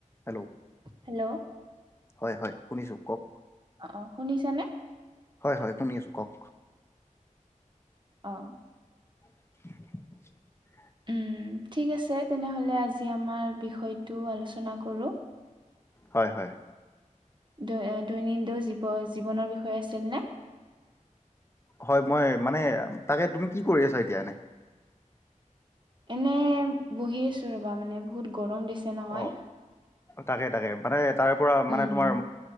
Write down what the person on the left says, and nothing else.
হেল্ল'।
হয় হয়, শুনিছো কওক।
হয় হয়, শুনি আছোঁ, কক?
<unintelligible>
হয় হয়।
হয় মই মানে তাকে, তুমি কি কৰি আছা এতিয়া এনে।
অ', তাকে তাকে, মানে তাৰে পৰা
মানে তোমাৰ